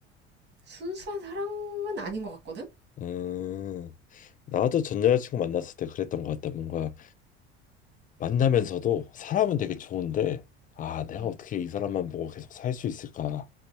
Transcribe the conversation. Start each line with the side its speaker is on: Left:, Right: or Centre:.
Right: 순수한 사랑은 아닌 것 같거든
Left: 음. 나도 전 여자친구 만났을 때 그랬던 것 같다. 뭔가 만나면서도 사람은 되게 좋은데 아, 내가
Right: 음,
Left: 어떻게 이 사람만 보고 계속 살 수 있을까?